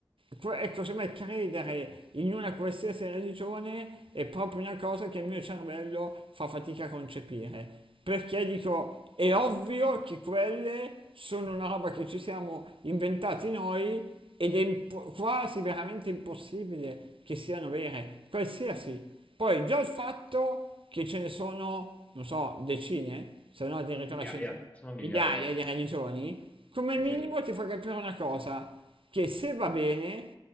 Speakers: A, on the right; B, on the left.
A: que- ecco, sembra credere in una qualsiasi religione è proprio una cosa che il mio cervello fa fatica a concepire. Perché dico, è ovvio che quelle sono una roba che ci siamo inventati noi ed è impo- quasi veramente impossibile che siano vere, qualsiasi. Poi già il fatto che ce ne sono, non so, decine, se no addirittura
B: migliaia,
A: centinaia
B: sono migliaia.
A: migliaia di religioni, come minimo
B: Sì,
A: ti fa capire una cosa, che se va bene,